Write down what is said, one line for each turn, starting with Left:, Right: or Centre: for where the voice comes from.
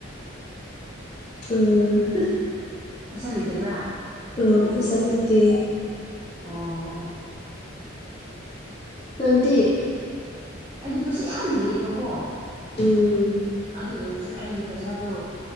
Left: ꯎꯝ
Right: ꯄꯁꯥ ꯂꯩꯇꯕ꯭ꯔꯥ
Left: ꯎ ꯄꯩꯁꯥ ꯂꯩꯇꯦ
Right: ꯑꯣ
Left: ꯇꯣꯏꯟꯇꯤ
Right: ꯑꯩꯗꯤ ꯄꯩꯁꯥ ꯌꯥꯝ ꯂꯩꯌꯦꯕꯀꯣ
Left: ꯎꯝ
Right: ꯑꯗꯨ ꯑꯣꯏꯔꯁꯨ ꯑꯩꯒꯤ ꯄꯩꯁꯥꯗꯣ